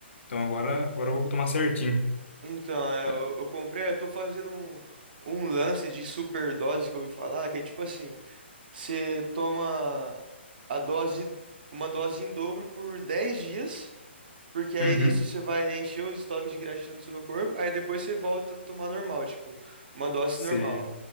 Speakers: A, on the left (about 75°); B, on the right (about 50°).
A: então agora, agora eu vou tomar certinho.
B: Então, é,
A: Mas-
B: eu, eu comprei, eu tô fazendo um, um lance de superdose que eu ouvi falar, que é tipo assim, você toma a dose, uma dose em dobro por dez dias, Porque aí
A: Uhum.
B: nisso você vai encher os estoques de creatina no seu corpo, aí depois você volta a tomar normal, tipo, uma dose
A: Se...
B: normal.